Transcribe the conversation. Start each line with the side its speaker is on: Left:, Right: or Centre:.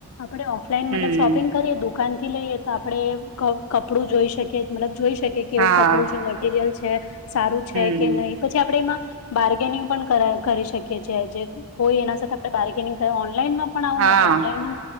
Left: આપડે ઓફલાઈન
Right: હમ
Left: મતલબ શોપિંગ કરીએ દુખ દુકાન થી લઈએ તો આપડને કપડું જોઈશ કે મતલબ જોઈ શકે કે
Right: હા
Left: એવું કપડું છે મટીરિયલ છે સારું છે
Right: હમ
Left: કે નહી પછી આપડે એમાં બાર્ગેનિંગ પણ કરાય કરી શકીએ છી જે હોય એના સાથે આપણે બાર્ગેનિંગ ઓનલાઈનમાં પણ આવું
Right: હા
Left: નથી ઓનલાઈનમાં